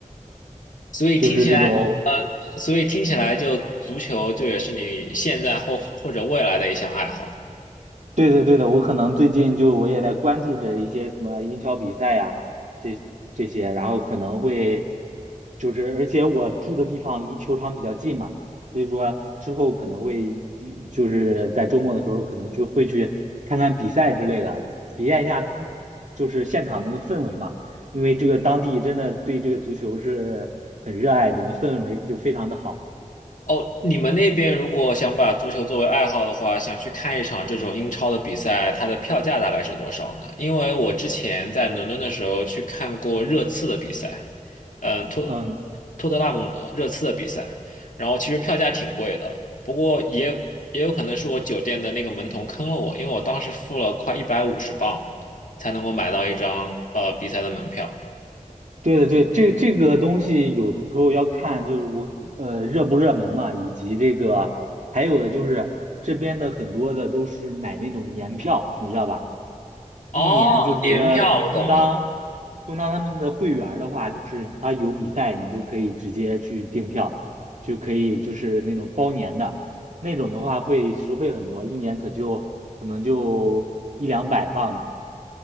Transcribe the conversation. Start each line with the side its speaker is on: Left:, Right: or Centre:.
Left: 所以听起来，
Right: 就是这种
Left: 呃，所以听起来就足球就也是你现在或或者未来的一项爱好。
Right: 对的，对的，我可能最近就我也在关注着一些什么英超比赛呀，这这些，然后可能会就是，而且我住的地方离球场比较近嘛，所以说之后可能会就就是在周末的时候可能就会去看看比赛之类的，体验一下就是现场那个氛围嘛，因为这个当地真的对这个足球是很热爱，整个氛围就非常的好。
Left: 哦，你们那边如果想把足球作为爱好的话，想去看一场这种英超的比赛，它的票价大概是多少呢？因为我之前在伦敦的时候去看过热刺的比赛，嗯，托
Right: 嗯，
Left: 托特纳姆热刺的比赛，然后其实票价挺贵的，不过也也有可能是我酒店的那个门童坑了我，因为我当时付了快一百五十镑才能够买到一张呃比赛的门票。
Right: 对的，对，这这个东西有的时候要看，就是我呃热不热门嘛，以及这个还有的就是这边的很多的都是买那种年票，你知道吧？
Left: 哦，
Right: 一年就是充当
Left: 年票我懂了，
Right: 充当他们的会员儿的话，就是他有比赛你都可以直接去订票，就可以就是那种包年的那种的话会实惠很多，一年可就可能就一两百磅吧。